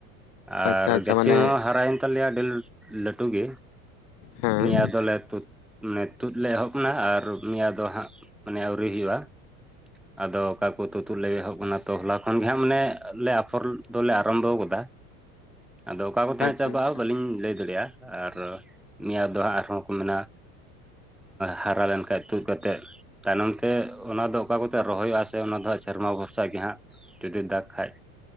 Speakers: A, in the centre; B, on the left (about 55°).
A: ᱟᱨ
B: ᱟᱪᱪᱷᱟ ᱟᱪᱪᱷᱟ
A: ᱜᱟᱹᱪᱷᱤ
B: ᱢᱟᱱᱮ
A: ᱦᱚᱸ ᱦᱟᱨᱟᱭᱮᱱ ᱛᱟᱞᱮᱭᱟ ᱟᱹᱰᱤ ᱞᱟᱹᱴᱩ ᱜᱮ᱾
B: ᱦᱮᱸ
A: ᱱᱤᱭᱟᱹ ᱟᱫᱚ ᱞᱮ ᱛᱩᱫᱽ ᱢᱟᱱᱮ ᱛᱩᱫ ᱞᱮ ᱮᱦᱚᱵ ᱮᱱᱟ ᱟᱨ ᱢᱮᱭᱟᱫ ᱫᱚ ᱦᱟᱸᱜ ᱢᱟᱱᱮ ᱟᱹᱣᱨᱤ ᱦᱩᱭᱩᱜᱼᱟ᱾ ᱟᱫᱚ ᱚᱠᱟ ᱠᱚ ᱛᱩᱛᱩᱫ ᱞᱮ ᱮᱦᱚᱵ ᱠᱟᱱᱟ ᱛᱚ ᱦᱚᱞᱟ ᱠᱷᱚᱱᱜᱮ ᱦᱟᱸᱜ ᱢᱟᱱᱮ ᱞᱮ ᱟᱯᱷᱚᱨ ᱫᱚᱞᱮ ᱟᱨᱟᱢᱵᱷᱚᱣ ᱟᱠᱟᱫᱟ ᱟᱫᱚ ᱚᱠᱟ ᱠᱚᱛᱮ
B: ᱟᱪᱪᱷᱟ
A: ᱦᱟᱸᱜ ᱪᱟᱵᱟᱜᱼᱟ
B: ᱟᱪᱪᱷᱟ
A: ᱵᱟᱹᱞᱤᱧ ᱞᱟᱹᱭ ᱫᱟᱲᱮᱭᱟᱜᱼᱟ ᱟᱨ ᱱᱤᱭᱟᱹ ᱫᱚ ᱦᱟᱸᱜ ᱟᱨᱦᱚᱸ ᱠᱚ ᱢᱮᱱᱟ ᱦᱟᱨᱟ ᱞᱮᱱᱠᱷᱟᱡᱽ ᱛᱩᱫᱽ ᱠᱟᱛᱮᱫ ᱛᱟᱭᱱᱚᱢ ᱛᱮ ᱚᱱᱟ ᱫᱚ ᱚᱠᱟ ᱠᱚᱛᱮ ᱨᱚᱦᱚᱭᱚᱜᱼᱟ ᱥᱮ ᱚᱱᱟ ᱫᱚ ᱦᱟᱸᱜ ᱥᱮᱨᱢᱟ ᱵᱷᱚᱨᱥᱟ ᱜᱮ ᱦᱟᱸᱜ ᱡᱩᱫᱤ ᱫᱟᱜᱽ ᱠᱷᱟᱱ᱾